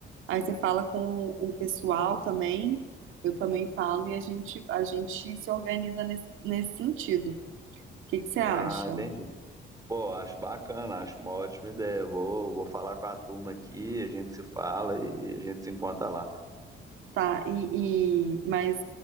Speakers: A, on the right; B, on the right.
A: Aí você fala com o pessoal também, eu também falo e a gente a gente se organiza nesse, nesse sentido. O que que você acha?
B: Ah, entendi. Pô, acho bacana, acho uma ótima ideia. Vou, vou falar com a turma aqui, a gente se fala e a gente se encontra lá.
A: Tá, e, e- mas